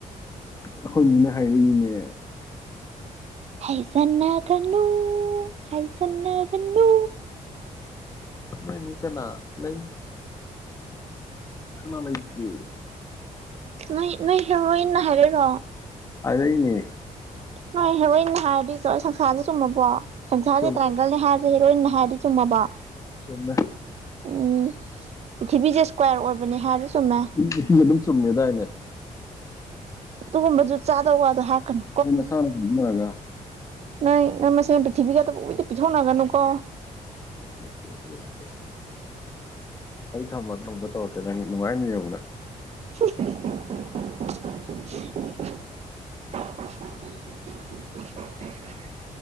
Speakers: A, on the left; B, on the right.
A: ꯑꯩꯈꯣꯏ ꯃꯤꯅ ꯍꯥꯏꯔꯛꯏꯅꯦ
B: ꯍꯥꯏꯖꯟꯅꯒꯅꯨ ꯍꯥꯏꯖꯟꯅꯒꯅꯨ
A: ꯅꯣꯏ ꯃꯤ ꯀꯅꯥ ꯂꯩ ꯀꯅꯥ ꯂꯩꯒꯦ
B: ꯅꯣꯏ ꯅꯣꯏ ꯍꯦꯔꯣꯏꯟꯅ ꯍꯥꯏꯔꯛꯏꯔꯣ
A: ꯍꯥꯏꯔꯛꯏꯅꯦ
B: ꯅꯣꯏ ꯍꯦꯔꯣꯏꯟꯅ ꯍꯥꯏꯔꯗꯤ ꯁꯪꯁꯥꯔꯁꯦ ꯆꯨꯝꯃꯕꯣ ꯁꯪꯁꯔꯁꯦ
A: ꯆꯨꯝꯃꯦ
B: ꯇ꯭ꯔꯥꯏꯒꯜꯅꯤ ꯍꯥꯏꯔ ꯍꯦꯔꯣꯏꯟ ꯅ ꯍꯥꯏꯔꯗꯤ ꯆꯨꯝꯃꯕꯣ
A: ꯆꯨꯝꯃꯦ
B: ꯎꯝ ꯄ꯭ꯔꯤꯊꯤꯕꯤꯁꯦ ꯏꯁꯀ꯭ꯋꯥꯔ ꯑꯣꯏꯕꯅꯦ ꯍꯥꯏꯔꯖꯨ ꯆꯨꯝꯃꯦ
A: ꯅꯨꯄꯤ ꯑꯗꯨꯝ ꯆꯨꯝꯃꯦꯗꯥꯏꯅꯦ
B: ꯑꯗꯨꯒꯨꯝꯕ ꯖꯨꯠ ꯆꯥꯗꯕ ꯋꯥꯗꯣ ꯍꯥꯏꯔꯛꯀꯅꯨ
A: ꯅꯣꯏ ꯅꯁꯥꯅ <unintelligible>
B: ꯅꯣꯏ ꯅꯣꯏ ꯃꯁꯦꯟ ꯄ꯭ꯔꯤꯊꯤꯕꯤꯒ <unintelligible> ꯄꯤꯊꯣꯛꯅꯒꯅꯨ ꯀꯣ
A: <unintelligible> ꯑꯩ ꯊꯝꯃꯒꯦ ꯑꯃꯨꯛꯀ ꯇꯧꯔꯛꯀꯦ ꯅꯪ ꯅꯨꯡꯉꯥꯏꯅꯤ ꯌꯦꯡꯉꯨ ꯅꯪ
B: <inaudible> <inaudible> <inaudible> <inaudible>